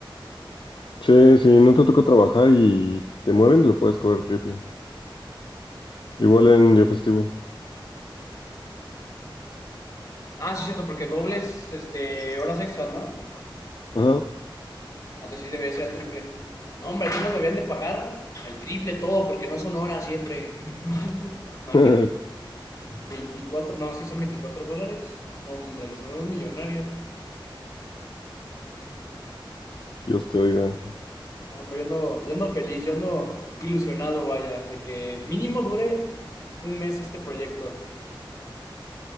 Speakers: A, on the left; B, on the left.
A: Sí, si no te toca trabajar y te mueven, lo puedes cobrar triple. Igual en día festivo.
B: Ah, sí, cierto, porque dobles, este, horas extras, ¿no?
A: Ajá.
B: Entonces sí debería ser el triple. No, hombre, aquí nos debían de pagar el triple todo, porque no son horas siempre. <laughs> Imagínate,
A: <laughs>
B: 24 no, sí son 24 dólares. No, hombre, nos hacemos millonarios.
A: Dios te oiga.
B: No, hombre, yo ando, yo ando feliz, yo ando ilusionado, vaya, de que mínimo dure un mes este proyecto.